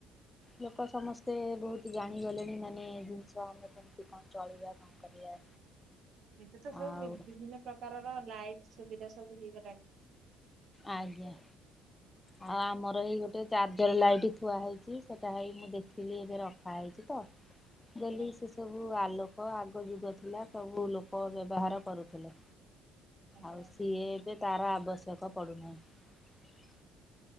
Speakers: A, on the left; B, on the right.
A: ଲୋକ ସମସ୍ତେ ବହୁତ ଜାଣିଗଲେଣି ମାନେ ଜିନିଷ ଆମ କେମିତି କଣ ଚଳିବା କଣ କରିବା।
B: ଏବେ ତ ସବୁ
A: ଆଉ
B: ବିଭିନ୍ନ ପ୍ରକାରର ଲାଇଟ୍ ସୁବିଧା ସବୁ ହେଇଗଲାଣି।
A: ଆଜ୍ଞା। ଆଉ ଆମର ଏଇ ଗୋଟେ ଚାର୍ଜର ଲାଇଟ୍ ଥୁଆ ହେଇଛି। ସେଟା ହେଇ ମୁଁ ଦେଖିଲି ଏବେ ରଖା ହେଇଛି ତ। ଦେଲି
B: ଆଜ୍ଞା
A: ସେ ସବୁ ଆଲୋକ ଆଗ ଯୁଗ ଥିଲା ସବୁ ଲୋକ ବ୍ୟବହାର କରୁଥିଲେ।
B: ଆଜ୍ଞା
A: ଆଉ
B: ଆଜ୍ଞା।
A: ସିଏ ଏବେ ତାର ଆବଶ୍ୟକ ପଡୁନାହିଁ।